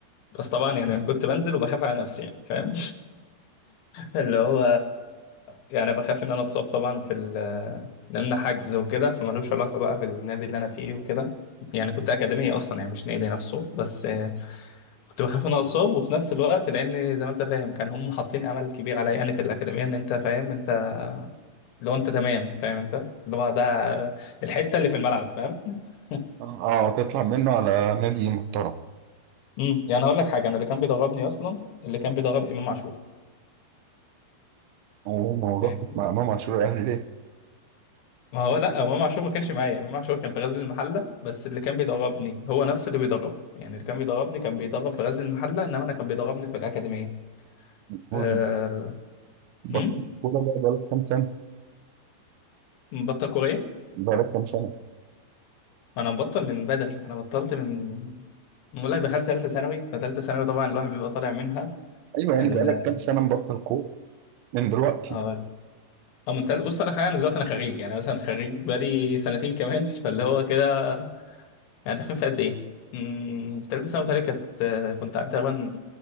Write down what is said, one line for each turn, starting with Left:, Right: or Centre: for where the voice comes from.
Left: بس طبعا يعني انا كنت بنزل وبخاف على نفسي يعني فاهم <laughs> اللي هو يعني بخاف ان انا اتصاب طبعا في ال لان حجز وكده فمالوش علاقه بقى بالنادي اللي انا فيه وكده يعني كنت اكاديميه اصلا يعني مش نادي نفسه بس آه، كنت بخاف ان انا اتصاب وفي نفس الوقت لان زي ما انت فاهم كان هم حاطين امل كبير عليا يعني في الاكاديميه ان انت فاهم انت لو انت تمام فاهم انت اللي هو ده الحته اللي في الملعب فاهم <laughs>
Right: اه آه، تطلع منه على نادي محترم
Left: امم يعني هقول لك حاجه انا اللي كان بيدربني اصلا اللي كان بيدرب امام عاشور
Right: وما
Left: يعني.
Right: رحتش مع إمام عاشور الأهلي ليه؟
Left: ما هو لا امام عاشور ما كانش معايا امام عاشور كان في غزل المحله بس اللي كان بيدربني هو نفس اللي بيدربه يعني اللي كان بيدربني كان بيدرب في غزل المحله انما انا كان بيدربني في الاكاديميه
Right: هو
Left: أه...
Right: بطلت
Left: أمم؟
Right: كورة بقى بقالك كام سنة؟
Left: مبطل كوريه
Right: بقالك كام سنة؟
Left: انا مبطل من بدري انا بطلت من بقول لك دخلت ثالثه ثانوي فثالثه ثانوي طبعا الواحد بيبقى طالع منها
Right: أيوه يعني
Left: ال
Right: بقالك كام سنة مبطل كورة من دلوقتي؟
Left: اه أو من تل... بص انا حاليا انا دلوقتي انا خريج يعني مثلا خريج بقالي سنتين كمان <laughs> فاللي هو كده يعني تخين في قد ايه؟ أمم، ثالثه ثانوي بتهيألي كانت آه، كنت قعدت تقريبا